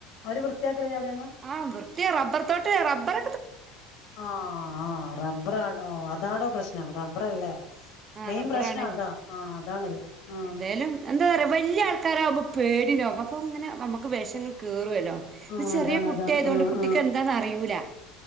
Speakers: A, on the left; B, on the right.
A: അവര് വൃത്തിയാക്കലില്ലേ അവിടെയൊന്നും
B: ആ വൃത്തിയാറബ്ബർ തോട്ട് റബർ
A: ആ റബ്ബറാടോ അതാടോ പ്രശ്നം റബ്ബറല്ലേ?
B: ആ
A: മെയിൻ
B: റബ്ബറാണ്.
A: പ്രശ്നം അതാ ആഹ് അതാണത് ആഹ്
B: എന്തായാലും എന്താ പറയാ വലിയ ആൾക്കാരാവുമ്പോ പേടി വോ അപ്പൊ ഇങ്ങനെ നമുക്ക് വിഷം കേയറുവല്ലോ? ഇത്
A: ആഹ്
B: ചെറിയ
A: അതാണ്
B: കുട്ടിയായതുകൊണ്ട്
A: അതാണ് ആഹ്
B: കുട്ടിക്ക്
A: ആഹ്
B: എന്താണന്ന് അറിയൂല.